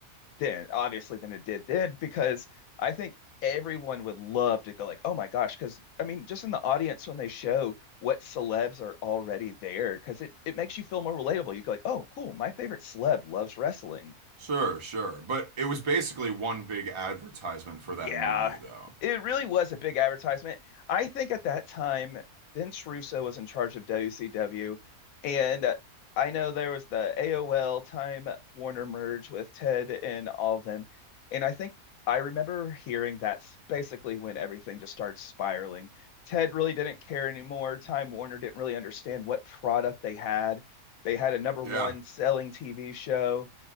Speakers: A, on the left; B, on the right.
A: then, obviously than it did then, because I think everyone would love to go like, oh my gosh, because I mean, just in the audience when they show what celebs are already there, because it, it makes you feel more relatable. You go like, oh, cool, my favorite celeb loves wrestling.
B: Sure, sure. But it was basically one big advertisement for that
A: Yeah,
B: movie, though.
A: it really was a big advertisement. I think at that time, Vince Russo was in charge of WCW, and uh, I know there was the AOL Time Warner merge with Ted and all of them, and I think I remember hearing that's basically when everything just started spiraling. Ted really didn't care anymore. Time Warner didn't really understand what product they had. They had a number
B: Yeah,
A: one selling TV show,